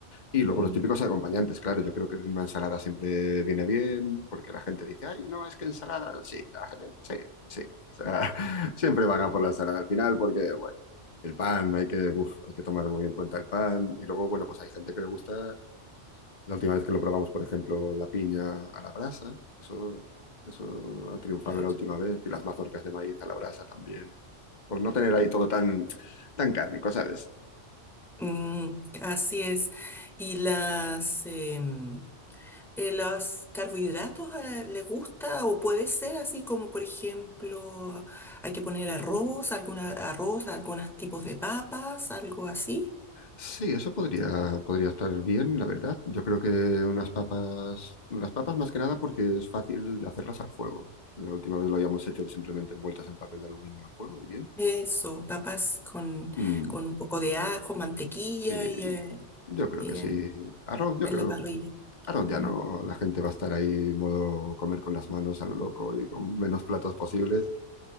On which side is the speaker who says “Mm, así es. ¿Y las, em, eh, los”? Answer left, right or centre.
Centre